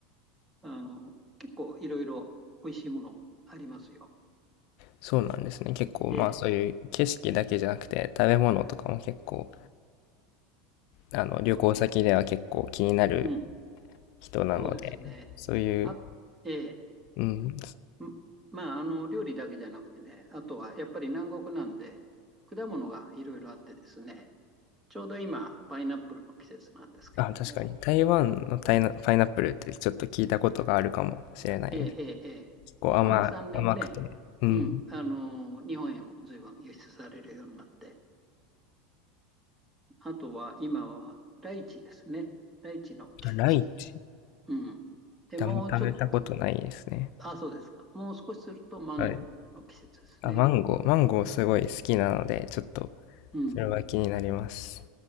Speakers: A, on the right (about 15°); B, on the left (about 60°).
A: あの、結構いろいろ美味しいものありますよ。
B: そうなんですね。結構、
A: ええ、
B: まあそういう景色だけじゃなくて、食べ物とかも結構、あの、旅行先では結構気になる
A: そ、うん、
B: 人なので、
A: そうですね。
B: そういう、
A: あ、え
B: うん、
A: え、んまあ、あの、料理だけじゃなくてね、あとはやっぱり南国なんで、果物がいろいろあってですね、ちょうど今、パイナップルの季節なんですけども、
B: あ、確かに。台湾のタイナパイナップルってちょっと聞いたことがあるかもしれないです。
A: ええ、ええ、ええここ2、
B: 結構甘、
A: 3年ねんね、
B: 甘くて。うん。
A: うん、あのー日本へも随分輸出されるようになって、あとは今はライチですね。ライチの季節。
B: あ、ライチっ
A: うん。で、
B: てあんま食べたことないですね。
A: もうちょっと、あ、そうですか。もう少しするとマンゴーの季節ですね。
B: はい。あ、マンゴー。マンゴーすごい好きなので、ちょっと
A: うん。
B: それは気になります。